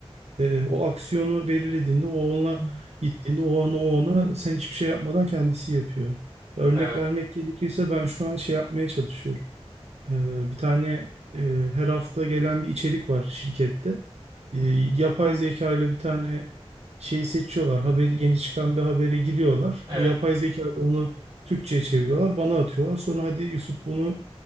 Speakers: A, on the right; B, on the right.
A: E, o aksiyonu belirlediğinde, o ona
B: hı.
A: gittiğinde, o ona, o ona sen hiçbir şey yapmadan kendisi yapıyor. Örnek
B: Evet.
A: vermek gerekirse ben şu an şey yapmaya çalışıyorum. E, bir tane e, her hafta gelen bir içerik var şirkette. E,
B: Hı hı.
A: yapay zeka ile bir tane şeyi seçiyorlar. Haberi, yeni çıkan bir habere giriyorlar.
B: Evet.
A: O yapay zeka ile onu Türkçe'ye çeviriyorlar. Bana atıyorlar. Sonra hadi Yusuf bunu